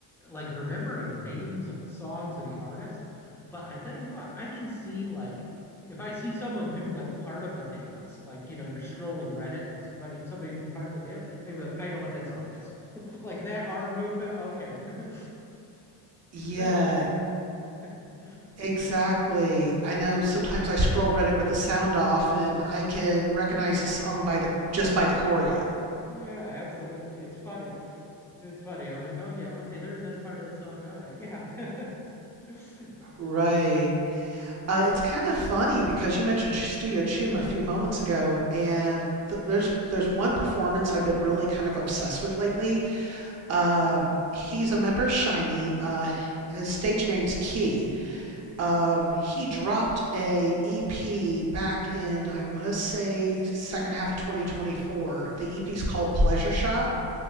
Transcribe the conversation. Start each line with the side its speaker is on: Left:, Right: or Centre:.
Centre: like remembering the names of the songs and the artists, but I tell you what, I can see like if I see someone do like part of a dance, like you know, you're scrolling Reddit and you see somebody somebody do part of a dance, I can be like, I know what that song is. <laughs> Like that arm movement. Okay. <laughs>
Right: Yeah,
Centre: That <laughs>
Right: exactly. I know sometimes I scroll Reddit with the sound off and I can recognize a song by the just by the choreo.
Centre: Yeah, absolutely. It's funny. It's funny. I'm like, oh yeah, okay, they're in this part of the song. All right, yeah. <laughs>
Right: Right. Uh, it's kind of funny because you mentioned Studio Chum a few moments ago, and th- there's there's one performance I've been really kind of obsessed with lately, Um, he's a member of Shiny. Uh, his stage name's Key. Um, he dropped a EP back in I want to say second half of 2024. The EP's called Pleasure Shop,